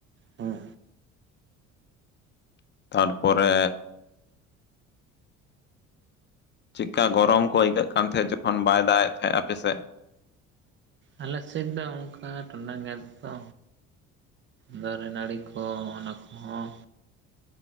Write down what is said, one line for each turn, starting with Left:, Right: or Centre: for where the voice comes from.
Right: ᱦᱮᱸ
Left: ᱛᱟᱨᱯᱚᱨᱮ ᱪᱮᱜᱽᱠᱟ ᱜᱚᱨᱚᱢ ᱠᱚ ᱟᱹᱭᱠᱟᱹᱜ ᱠᱟᱱ ᱛᱟᱦᱮᱸᱜ? ᱡᱚᱠᱷᱚᱱ ᱵᱟᱭ ᱫᱟᱜ ᱮᱫ ᱛᱟᱦᱮᱸᱜ ᱟᱯᱮᱥᱮᱫ,
Right: ᱟᱞᱮ ᱥᱤᱫ ᱝᱠᱟ ᱴᱩᱱᱟᱹᱜ ᱫᱚ ᱫᱟᱨᱮ ᱱᱟᱹᱲᱤ ᱠᱚ ᱚᱱᱟ ᱠᱚᱦᱚᱸ